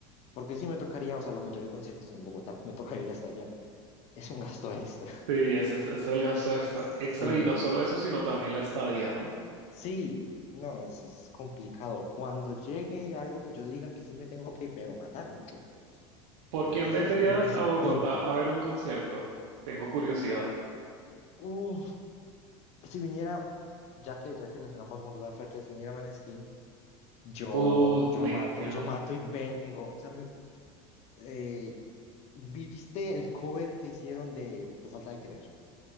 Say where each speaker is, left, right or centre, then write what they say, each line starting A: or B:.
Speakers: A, on the left (about 45°); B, on the right (about 80°).
A: Porque sí me tocaría, o sea, la mayoría de conciertos son en Bogotá, <laughs> me toca ir hasta allá. Es un gasto extra.
B: Sí, ese es, ese es el gasto extra,
A: Sí,
B: extra y no solo eso, sino también la estadía, ¿no?
A: sí, no, es, es complicado. Cuando llegue algo que yo diga que sí me tengo que, pero matar, mucho,
B: ¿Por
A: porque
B: quién
A: eso
B: vendrías
A: es algo que se
B: a Bogotá
A: vive.
B: a ver un concierto? Tengo curiosidad.
A: Uf, si viniera, ya que, ya que mencionamos Mon Laferte, si viniera Maneskin, Yo,
B: Uf,
A: yo
B: me
A: mato,
B: encanta.
A: yo mato y vengo. O sea, me- eh, ¿viste el cover que hicieron de Tu Falta de Creer